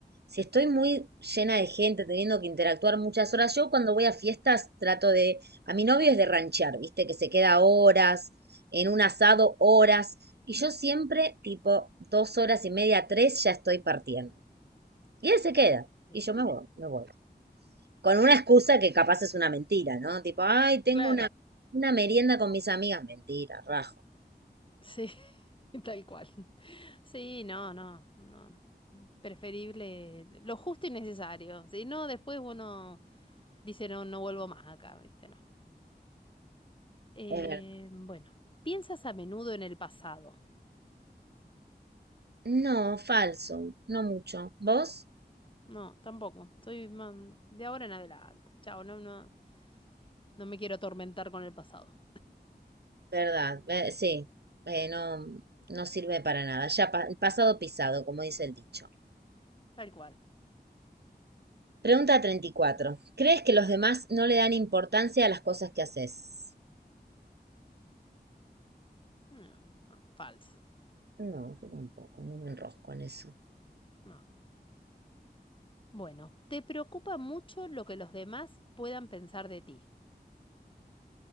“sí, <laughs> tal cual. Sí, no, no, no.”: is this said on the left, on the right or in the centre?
Left